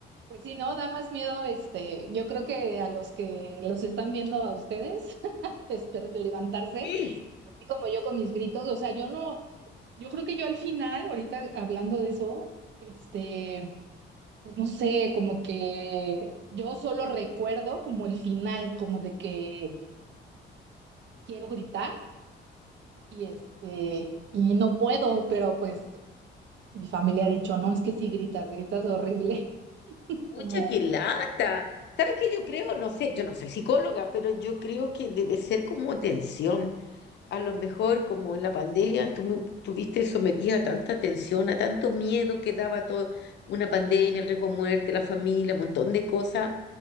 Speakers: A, on the right (about 65°); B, on the left (about 60°).
A: Pues sí, no, da más miedo, este, yo creo que a los que los están viendo a ustedes <laughs> desper- de levantarse,
B: Sí.
A: así como yo con mis gritos, o sea, yo no, yo creo que yo al final, ahorita hablando de eso, este, pues no sé, como que yo solo recuerdo como el final, como de que quiero gritar y este, y no puedo, pero pues mi familia ha dicho, no, es que si gritas, gritas horrible, <laughs> como...
B: Mucha que lata. ¿Sabes qué yo creo? No sé, yo no soy psicóloga, pero yo creo que debe ser como tensión. A lo mejor como en la pandemia tú mu- tuviste sometida a tanta tensión, a tanto miedo que daba todo, una pandemia, el riesgo de muerte, la familia, un montón de cosas.